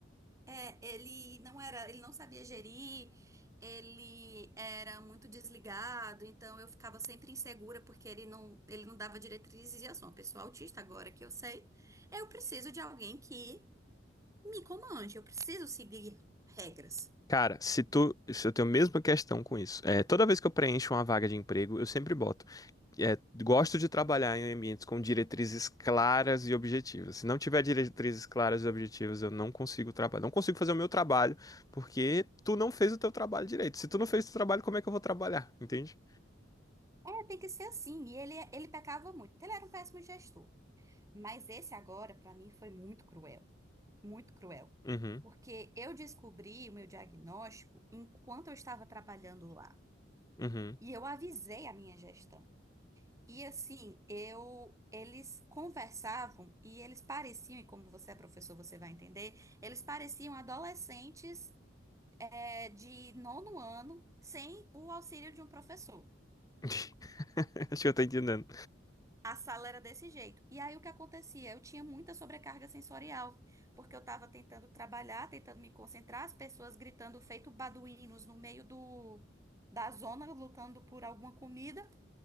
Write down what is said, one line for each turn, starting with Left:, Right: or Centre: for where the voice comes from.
Right: É, ele não era, ele não sabia gerir, ele era muito desligado, então eu ficava sempre insegura porque ele não, ele não dava diretrizes e eu sou uma pessoa autista agora que eu sei. Eu preciso de alguém que me comande, eu preciso seguir regras.
Left: Cara, se tu, se eu tenho a mesma questão com isso. É, toda vez que eu preencho uma vaga de emprego, eu sempre boto. é, gosto de trabalhar em ambientes com diretrizes claras e objetivas. Se não tiver diretrizes claras e objetivas, eu não consigo trabalhar. Não consigo fazer o meu trabalho, porque tu não fez o teu trabalho direito. Se tu não fez o teu trabalho, como é que eu vou trabalhar? Entende?
Right: É, tem que ser assim. E ele, ele pecava muito. Ele era um péssimo gestor. Mas esse agora, pra mim, foi muito cruel. Muito cruel.
Left: Uhum,
Right: Porque eu descobri o meu diagnóstico enquanto eu estava trabalhando lá.
Left: uhum.
Right: E eu avisei a minha gestão. E assim, eu eles conversavam e eles pareciam, e como você é professor, você vai entender, eles pareciam adolescentes é, de nono ano sem o auxílio de um professor.
Left: <laughs> Acho que eu tô entendendo.
Right: A sala era desse jeito. E aí o que acontecia? Eu tinha muita sobrecarga sensorial, porque eu estava tentando trabalhar, tentando me concentrar, as pessoas gritando feito baduínos no meio do, da zona, lutando por alguma comida.